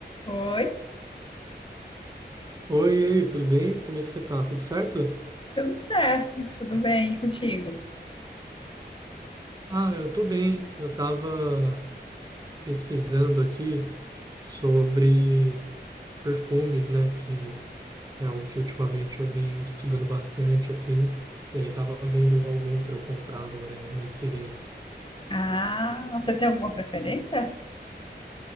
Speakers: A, on the left; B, on the right.
A: Oi,
B: Oi, e aí, tudo bem? Como é que você tá? Tudo certo?
A: tudo certo? Tudo bem contigo?
B: Ah, eu tô bem. Eu tava pesquisando aqui sobre perfumes, né? Que é o que ultimamente eu venho estudando bastante, assim. E aí tava vendo algum para eu comprar agora, mês que vem.
A: Ah, você tem alguma preferência?